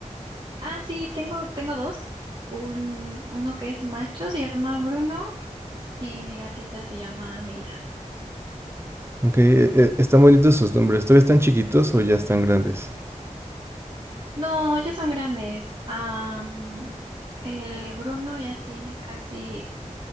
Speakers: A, on the right; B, on the right.
A: Ah, sí, tengo tengo dos. Un uno que es macho se llama Bruno y mi gatita se llama Mila.
B: Aunque están bonitos sus nombres. ¿Todavía están chiquitos o ya están grandes?
A: No, ya son grandes. Am, eh, Bruno ya tiene casi